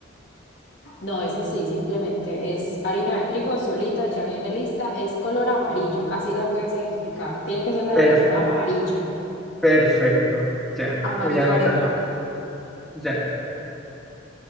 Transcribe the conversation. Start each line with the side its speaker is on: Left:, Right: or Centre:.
Left: No, es así, simplemente es harina de trigo solita, ya viene lista, es color amarillo, así la puedes identificar. Tiene que ser la
Centre: Per-
Left: de color amarillo,
Centre: perfecto, ya,
Left: amarillo
Centre: voy a anotarlo.
Left: arepa.
Centre: Ya,